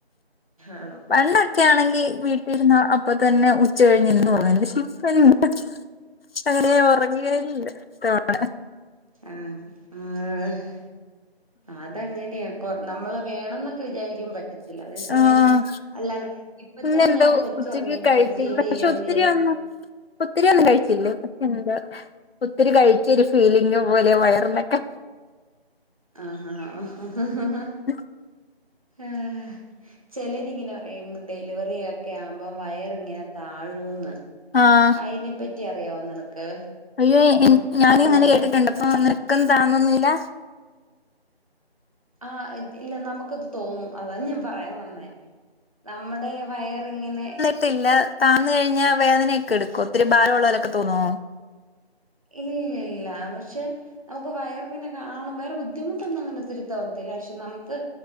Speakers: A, on the right; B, on the left.
A: ആണോ
B: പണ്ടൊക്കെ ആണെങ്കി വീട്ടിലിര്ന്നാ അ പ്പ തന്നെ ഉച്ച കഴിഞ്ഞ് എന്നും ഒറങ്ങേന്നു. പക്ഷേ ഇപ്പ <unintelligible> അങ്ങനെ വീഴലില്ല തോണെ
A: ആഹ് ആഹ് അതങ്ങനെയാ. പ്പം നമ്മള് വേണംന്നൊക്കെ വിചാരിക്കും പ റ്റത്തില്ല. അതേ സമയം
B: ആഹ്
A: അല്ലാണ്ടെ ഇപ്പ
B: ഇന്നെന്തോ
A: തന്നെ ആഹ് കൊച്ചൊറങ്ങി
B: ഉച്ചക്ക് കഴിച്ചില്ല
A: ട്ടത് ചെയ്തേ
B: പക്ഷെ
A: യ്യാംന്ന്
B: ഒത്തിരി
A: വിചാര്
B: ഒന്നും ഒത്തിരി ഒന്നും കഴിച്ചില്ലേ <unintelligible> ഒത്തിരി കഴിച്ച ഒരു ഫീലിങ് പോലെ വയർനൊക്കെ.
A: ആഹഹാ ഒഹൊഹൊഹൊഹ
B: <inaudible>
A: <unintelligible> ചിലരിങ്ങനെ പറയും ഡെലിവറിയൊക്കെ ആവുമ്പം വയറിങ്ങനെ താഴൂന്ന്.
B: ആഹ്.
A: അയിനെ പറ്റി അറിയാവോ നിനക്ക്.
B: അയ്യേ എൻ ഞാനിങ്ങനെ
A: അതായത്
B: കേട്ടിട്ടുണ്ട് അപ്പൊ നിനക്കൊന്നും താന്നൊന്നും ല്ല.
A: ആഹ് ഇത് ഇല്ല നമുക്ക്ത് തോന്നും അതാണ് ഞാൻ പറയാൻ വന്നേ നമ്മുടെ വയറിങ്ങനെ
B: ത്തില്ല താന്ന് കഴിഞ്ഞ വേദനയൊക്കെ എടുക്കോ ഒത്തിരി ഭാരമുള്ളോലൊക്കെ തോന്നോ?
A: ഇല്ലില്ല പക്ഷെ നമുക്ക് വയറിങ്ങനെ കാണുമ്പം വേറെ ബുദ്ധിമുട്ടൊന്നും അങ്ങനെ ഒത്തിരി തോന്നത്തില്ല. പക്ഷെ നമുക്ക്